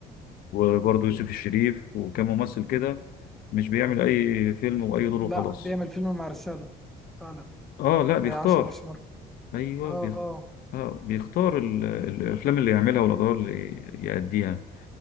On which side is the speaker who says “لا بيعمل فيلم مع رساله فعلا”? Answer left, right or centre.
Centre